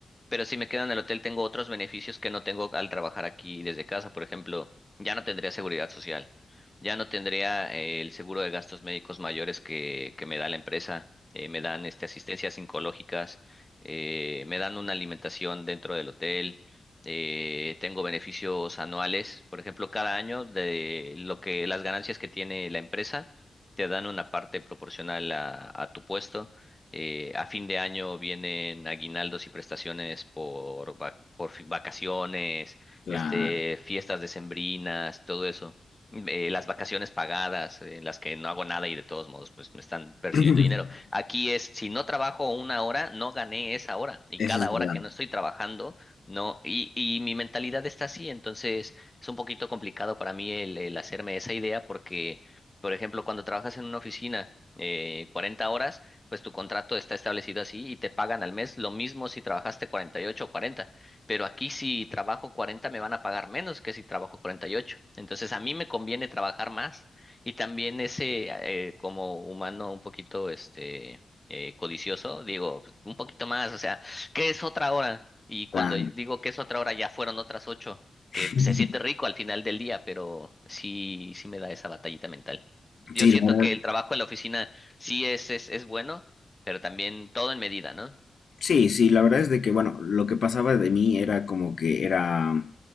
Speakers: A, on the left; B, on the left.
A: pero si me quedo en el hotel, tengo otros beneficios que no tengo al trabajar aquí desde casa. Por ejemplo, ya no tendría seguridad social, ya no tendría eh, el seguro de gastos médicos mayores que, que me da la empresa, eh, me dan este, asistencias psicológicas, eh, me dan una alimentación dentro del hotel, eh, tengo beneficios anuales. Por ejemplo, cada año de lo que las ganancias que tiene la empresa, te dan una parte proporcional a, a tu puesto. Eh, a fin de año vienen aguinaldos y prestaciones por, vac- por fi- vacaciones,
B: Claro.
A: este, fiestas decembrinas, todo eso. Mm, eh, las vacaciones pagadas, eh, en las que no hago nada y de todos modos, pues me están percibiendo
B: <laughs>
A: dinero. Aquí es, si no trabajo una hora, no gané esa hora. Y
B: Eso
A: cada
B: es verdad.
A: hora que no estoy trabajando, no. Y, y mi mentalidad está así, entonces es un poquito complicado para mí el, el hacerme esa idea porque, por ejemplo, cuando trabajas en una oficina, eh, 40 horas, pues tu contrato está establecido así y te pagan al mes lo mismo si trabajaste 48 o 40. Pero aquí si trabajo 40 me van a pagar menos que si trabajo 48. Entonces a mí me conviene trabajar más. Y también ese, eh, como humano un poquito, este, eh, codicioso, digo, pues, un poquito más, o sea, ¿qué es otra hora? Y cuando
B: Claro.
A: digo que es otra hora, ya fueron otras ocho,
B: <laughs>
A: que se siente rico al final del día, pero sí, sí me da esa batallita mental. Yo
B: Sí,
A: siento
B: la verdad,
A: que el trabajo en la oficina Sí, es, es, es bueno, pero también todo en medida, ¿no?
B: sí, sí, la verdad es de que, bueno, lo que pasaba de mí era como que era